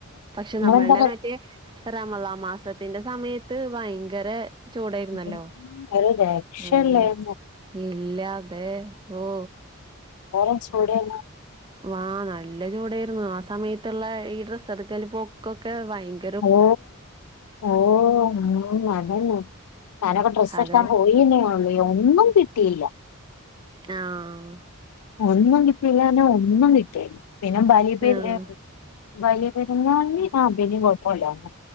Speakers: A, on the right (about 20°); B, on the left (about 85°).
A: പക്ഷെ
B: നിങ്ങളെന്താ
A: നമ്മൾടെ
B: പ
A: മറ്റേ റമളാൻ മാസത്തിന്റെ സമയത്ത് ഭയങ്കരെ ചൂടായിരുന്നല്ലോ
B: ഉം ഒരു രക്ഷയില്ലായിരുന്നു
A: അയ്യോ ഇല്ലാ ദേ ഓ
B: പേരൻ്റ്സ് കൂടെയാണോ
A: ആഹ് നല്ല ചൂടേയിരുന്നു ആ സമയത്തുള്ള ഈ ഡ്രസ്സ് എടുക്കല് പോക്കൊക്കെ ഭയങ്
B: ഓ ഓ ഉം ന്നാ ഞാനൊക്കെ ഡ്രസ്
A: അതെ
B: എടുക്കാൻ പോയിന്നേയുള്ളൂ ഒന്നും കിട്ടിയില്ല
A: ആഹ്
B: ഒന്നും കിട്ടീല്ലാഞ്ഞാ ഒന്നും കിട്ടീല്ല പിന്നെ ബലിയപെര്
A: ആഹ്
B: വലിയ പെരുന്നാൾന് ആഹ് പിന്നേം കൊഴപ്പോല്ലാര്ന്ന്